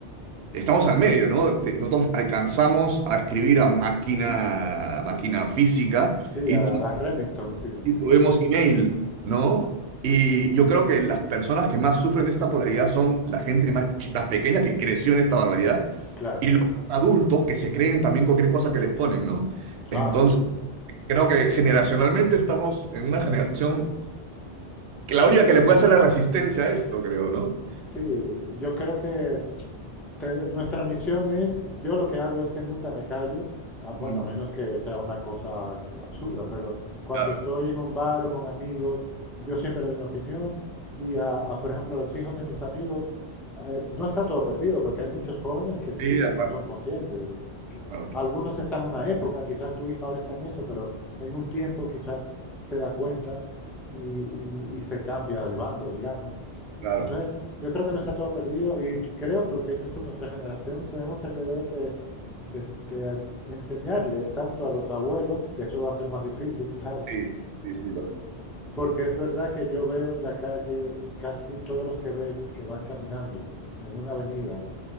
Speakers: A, on the right; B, in the centre.
A: estamos al medio, ¿no? De- Nosotros alcanzamos a escribir a máquina, a máquina física
B: sí,
A: y,
B: a, a las Remington, sí,
A: y tuvimos email, ¿no? Y yo creo que las personas que más sufren de esta polaridad son la gente más, chi- más pequeña que creció en esta barbaridad
B: claro.
A: y los más adultos que se creen también cualquier cosa que les ponen, ¿no? Entonces,
B: Ah, sí,
A: creo que generacionalmente estamos en una generación que la única que le puede hacer la resistencia a esto, creo, ¿no?
B: sí, yo creo que te- nuestra misión es, yo lo que hago es que nunca me callo, ah, bueno,
A: Mm,
B: a menos que sea una cosa absurda, pero cuando
A: claro.
B: estoy en un bar o con amigos, yo siempre doy mi opinión y, a, a, por ejemplo, a los hijos de mis amigos, eh, no está todo perdido, porque hay muchos jóvenes que sí
A: Sí, de
B: que
A: acuerdo,
B: son conscientes de, de que
A: de acuerdo,
B: algunos están en una época, quizás tu hija ahora está en eso, pero en un tiempo quizás se da cuenta y, y- y se cambia de bando, digamos.
A: claro.
B: Entonces, yo creo que no está todo perdido y creo que lo que dices tú, nuestra generación, tenemos el deber de, de- de a- enseñarle tanto a los abuelos, que eso va a ser más difícil, claro,
A: Sí, sí, sí, lo es.
B: porque es verdad que yo veo en la calle casi todos los que ves que van caminando en una avenida,